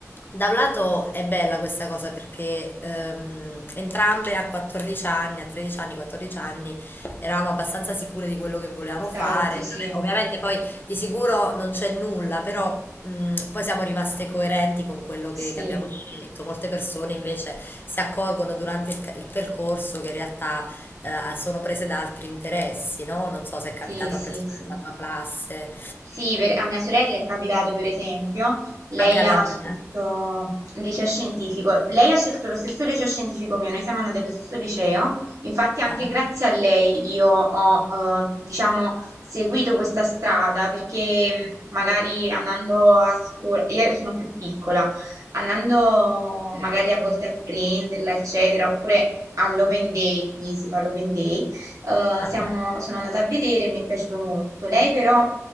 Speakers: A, on the left; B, on the right.
A: da un lato è bella questa cosa perché ehm, entrambe a 14 anni, a 13 anni, 14 anni eravamo abbastanza sicure di quello che volevamo
B: Esatto,
A: fare. Vabbè,
B: sì.
A: Ovviamente poi di sicuro non c'è nulla, però Mm, poi siamo rimaste coerenti con quello che,
B: Sì.
A: che abbiamo scelto. Molte persone invece si accorgono durante il, ca- il percorso che in realtà eh, sono prese da altri interessi, no? Non so se è capitato
B: Sì, sì,
A: a persone
B: sì.
A: della tua classe,
B: Sì, per- a mia sorella è capitato per esempio, lei
A: anche alla
B: ha
A: mia.
B: scelto il liceo scientifico, lei ha scelto lo stesso liceo scientifico mio, noi siamo andate allo stesso liceo, infatti anche
A: Ah,
B: grazie a lei io ho, eh, diciamo, seguito questa strada perché mh, magari andando a scuola, io sono più piccola, andando magari
A: forse.
B: a volte a prenderla, eccetera, oppure all'open day, qui si fa l'open day eh,
A: Ah,
B: siamo- sono andata a vedere e mi è piaciuto molto. Lei però